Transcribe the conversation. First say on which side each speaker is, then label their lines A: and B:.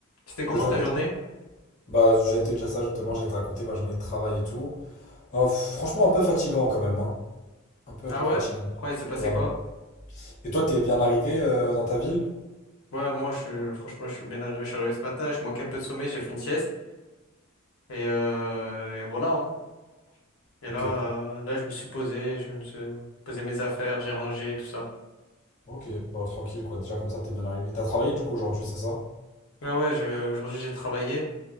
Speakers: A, on the left; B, on the left.
A: C'était comment
B: Je vais te
A: ta
B: raconter.
A: journée?
B: Bah, j'allais te dire ça justement, j'allais te raconter ma journée de travail et tout. Euh, franchement, un peu fatigant quand même, hein. Un peu, un
A: Ah
B: peu
A: ouais?
B: fatigant.
A: Ouais, il s'est passé
B: Ouais.
A: quoi?
B: Et toi, t'es bien arrivé euh, dans ta ville?
A: Ouais, moi, je suis, franchement, je suis bien arrivé. Je suis arrivé ce matin, je manquais un peu de sommeil, j'ai fait une sieste. Et, euh, et voilà. hein. Et
B: Ok,
A: là, euh, là, je me suis posé, je me suis posé mes affaires, j'ai rangé, tout ça.
B: ok. Bah, tranquille, quoi. Déjà, comme ça, t'es bien arrivé. T'as travaillé du coup aujourd'hui, c'est ça?
A: Ah ouais, je, aujourd'hui, j'ai travaillé.